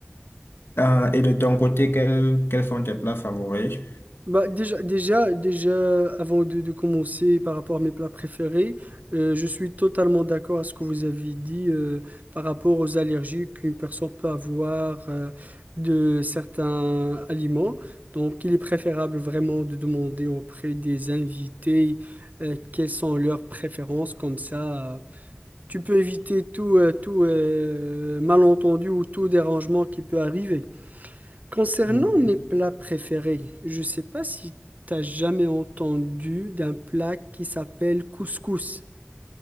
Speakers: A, on the left; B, on the right.
A: Euh, et de ton côté, quels, quels sont tes plats favoris?
B: Bah, déjà, déjà, déjà, avant de, de commencer par rapport à mes plats préférés, euh, je suis totalement d'accord à ce que vous avez dit euh, par rapport aux allergies qu'une personne peut avoir euh, de certains aliments. Donc, il est préférable vraiment de demander auprès des invités euh, quelles sont leurs préférences. Comme ça, euh, tu peux éviter tout, euh, tout euh, malentendu ou tout dérangement qui peut arriver. Concernant
A: Ouais.
B: mes plats préférés, je ne sais pas si tu as jamais entendu d'un plat qui s'appelle couscous.